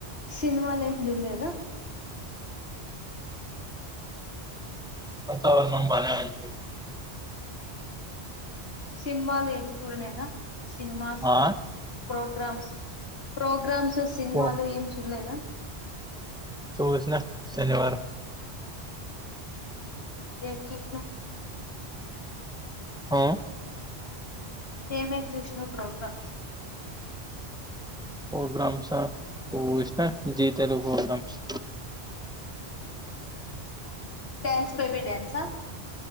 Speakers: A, on the left; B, in the centre.
A: సినిమా లే జుల్లేదా
B: వాతావరణం బానే ఉంది
A: సినిమాలు ఏం చూడలేదా సినిమాసు
B: ఆ,
A: ప్రోగ్రామ్స్ ప్రోగ్రామ్స్ సినిమాలు
B: ఓ,
A: ఏం చూడలేదా
B: చూసిన శనివారం
A: మ్మ్ హు ఏం చేస్తున్నావు
B: ఆ
A: ఏం ఏం చూసినావ్ ప్రోగ్రామ్స్
B: ఫోగ్రామ్స్ ఇస్తా Zee Telugu programmes
A: dance baby dance ఆ